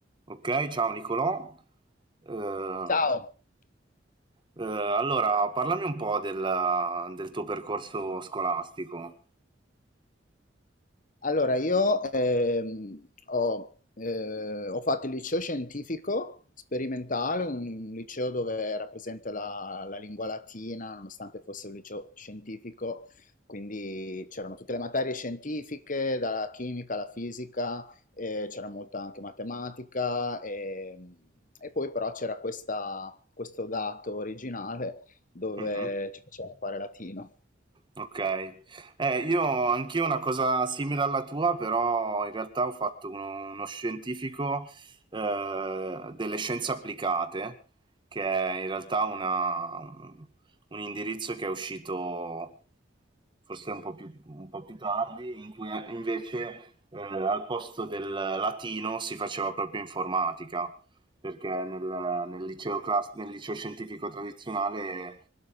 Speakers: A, on the right; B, on the left.
A: Ok, ciao Nicolò. Eh,
B: Ciao,
A: eh, allora, parlami un po' del, del tuo percorso scolastico.
B: allora io ehm, ho, eh, ho fatto il liceo scientifico sperimentale, un liceo dove era presente la, la lingua latina, nonostante fosse un liceo scientifico, quindi c'erano tutte le materie scientifiche, dalla chimica alla fisica, eh, c'era molta anche matematica, e, e poi però c'era questa- questo dato originale dove
A: Mhm.
B: ci facevano fare latino.
A: Okay. Eh, io anch'io una cosa simile alla tua, però in realtà ho fatto uno uno scientifico, ehm, delle scienze applicate, che è in realtà una un un indirizzo che è uscito forse un po' più un po' più tardi, in cui invece, ehm, al posto del latino si faceva proprio informatica perché nel, nel liceo clas- nel liceo scientifico tradizionale